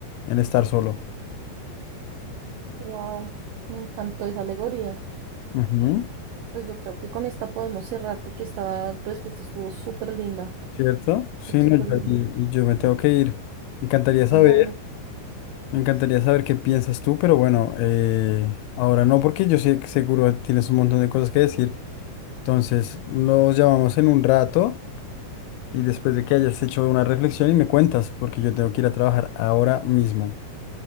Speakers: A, on the left (about 85°); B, on the right (about 85°).
A: en estar solo.
B: Wow, me encantó esa alegoría.
A: Ujú,
B: Pues yo creo que con esta podemos cerrar porque esta respuesta estuvo súper linda,
A: ¿Cierto? Sí,
B: súper
A: no, yo,
B: linda.
A: y- y yo me tengo que ir. Me encantaría saber,
B: Bueno,
A: me encantaría saber qué piensas tú, pero bueno, eh, ahora no, porque yo sé que seguro tienes un montón de cosas que decir. Entonces, los llamamos en un rato Y después de que hayas hecho una reflexión y me cuentas, porque yo tengo que ir a trabajar ahora mismo.